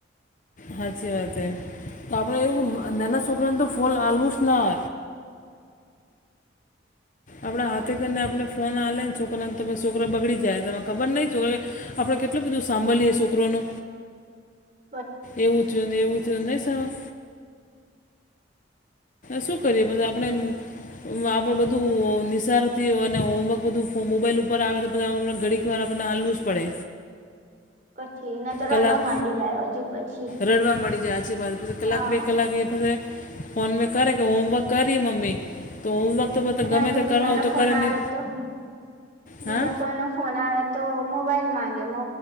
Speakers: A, on the left; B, on the right.
A: સાચી વાત છે તો આપણેે એવું નાના છોકરાને તો ફોલ હાલવુ જ ના આપણા હાથે કરીને આપણને ફોન હાલે ને છોકરાને તો પછી છોકરા બગડી જાય, તમે ખબર નહી. આપણે કેટલું બધું સાંભલીએ છોકરો નુ
B: <inaudible>
A: એવું થયું ને એવું થયું નહી. શું કરીએ પછી આપણે આપડે બધુ બધું નિશારોથી અને હોમવર્ક બધું મોબાઈલ ઉપર આવે તો બધા <unintelligible> ઘડીક વાર આપણને હાલવુ જ પડે
B: <inaudible> પછી ઇને તો રડવા
A: કલાક
B: માંડી જાય હજુ પછી
A: રડવા મળી જાય આછી વાત પછી કલાક
B: હા
A: બે કલાક એ પછી ફોન મે કરે કે હોમવર્ક કરી મમી તો હોમવર્ક તો બધા
B: અને
A: ગમે
B: હજુ
A: તે
B: બીજા
A: કરવા હોય
B: નો
A: તો
B: ફોન
A: કરે
B: આવે
A: ને
B: તો બીજા
A: હા
B: કોઈ નો ફોન આવે તો મોબાઈલ માગે મો